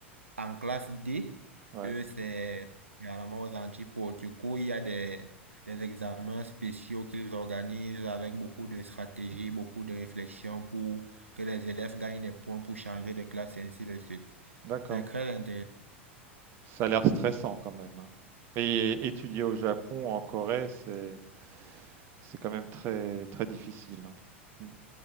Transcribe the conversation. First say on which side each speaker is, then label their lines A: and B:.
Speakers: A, on the right (about 85°); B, on the right (about 35°).
A: en classe D,
B: ouais.
A: eux, c'est également aux antipodes. Du coup, il y a des, des examens spéciaux qu'ils organisent avec beaucoup de stratégies, beaucoup de réflexions pour que les élèves gagnent des points pour changer de classe et ainsi de suite.
B: D'accord.
A: C'est très intéressant.
B: Ça a l'air stressant quand même. hein. Et étudier au Japon, en Corée, c'est c'est quand même très très difficile. hein. Mm.